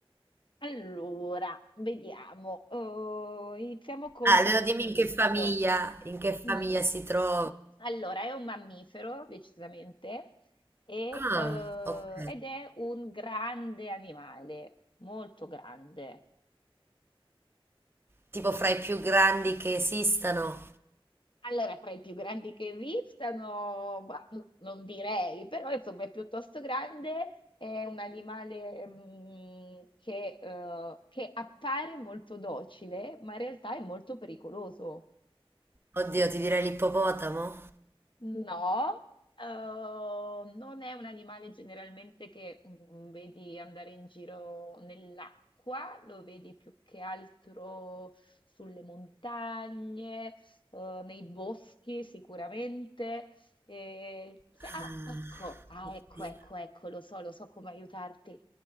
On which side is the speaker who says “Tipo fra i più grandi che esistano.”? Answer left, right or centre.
Right